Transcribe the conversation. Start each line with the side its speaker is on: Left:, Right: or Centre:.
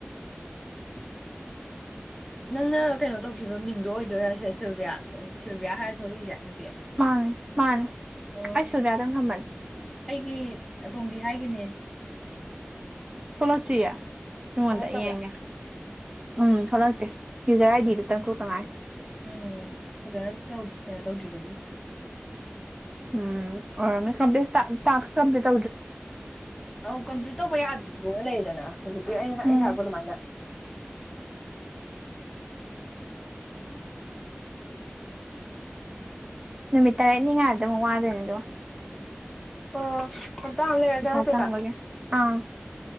Centre: ꯅꯪꯅ ꯀꯩꯅꯣ ꯇꯧꯈꯤꯕ ꯃꯤꯡꯗꯣ ꯑꯣꯏꯗꯣꯏꯔꯁꯦ ꯁꯤꯜꯚꯤꯌꯥ ꯁꯤꯜꯚꯤꯌꯥ ꯍꯥꯏꯔ ꯊꯣꯛꯂꯤꯏꯁꯦ ꯅꯨꯄꯤ
Right: ꯃꯥꯅꯦ ꯃꯥꯅꯦ
Centre: ꯎꯝ
Right: ꯑꯩ ꯁꯤꯜꯕꯤꯌꯥ ꯇꯧ ꯊꯝꯕꯥꯅꯦ
Centre: ꯑꯩꯒꯤ ꯑꯇꯣꯝꯕꯤ ꯍꯥꯏꯒꯤꯕꯥꯅꯦ
Right: ꯊꯣꯛꯂꯛꯇꯔ꯭ꯤꯌꯦ ꯑꯩꯉꯣꯟꯗꯥ
Centre: ꯊꯣꯛꯂꯛꯇꯕ꯭ꯔꯥ
Right: ꯌꯦꯡꯒꯦ ꯎꯝ ꯊꯣꯛꯂꯛꯇꯔꯤ ꯌꯨꯖꯔ ꯑꯥꯏ
Centre: ꯎꯝ
Right: ꯗꯤꯗꯨꯇꯪ ꯊꯣꯛꯇꯥ ꯉꯥꯏꯔꯤ
Centre: ꯎꯝ ꯐꯖꯅ ꯇꯧ ꯀꯩꯅꯣ ꯇꯧꯗ꯭ꯔꯤꯕꯒꯤꯅꯤ
Right: ꯎꯝ ꯑꯣꯏꯔꯝꯅꯤ <unintelligible> ꯇꯥꯛꯁꯀꯥ ꯑꯝꯇꯥ ꯇꯧ
Centre: ꯑꯧ ꯀꯝꯄ꯭ꯂꯤꯠ ꯇꯧꯕ ꯌꯥꯗꯦꯅ ꯂꯩꯗꯅ ꯍꯧꯖꯤꯛꯀꯤ ꯑꯩꯅ
Right: ꯎꯝ
Centre: ꯑꯩꯅ ꯊꯥꯔꯛꯄ ꯑꯗꯨꯃꯥꯏꯅ
Right: ꯅꯨꯃꯤꯠ ꯇꯔꯦꯠꯅꯤ ꯉꯥꯏꯕꯗ ꯑꯃꯨꯛ ꯋꯥꯗꯣꯏꯅꯤꯗꯣ
Centre: ꯑꯣ ꯍꯥꯞꯇꯥ ꯑꯃꯥ ꯂꯩꯔ
Right: ꯄꯩꯁꯥ
Centre: ꯆꯪꯉꯛꯇꯣꯏꯕ
Right: ꯆꯪꯕꯒꯤ ꯑꯥ